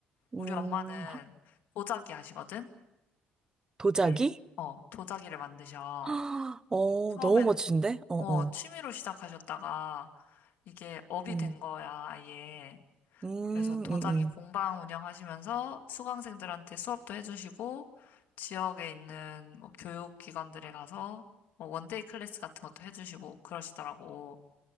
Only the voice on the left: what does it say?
우리 엄마는
도자기 하시거든?
원래, 어, 도자기를 만드셔.
처음에는
어,
취미로 시작하셨다가 이게 업이
된 거야, 아예.
그래서 도자기
공방 운영하시면서 수강생들한테 수업도 해주시고 지역에 있는 뭐 교육기관들에 가서 뭐 원데이 클래스 같은 것도 해주시고 그러시더라고.